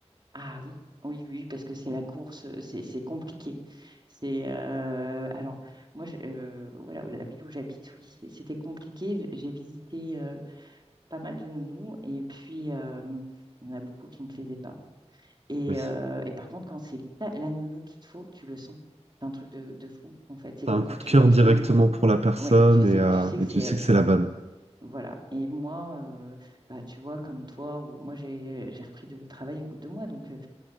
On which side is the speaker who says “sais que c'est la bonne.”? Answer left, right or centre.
Right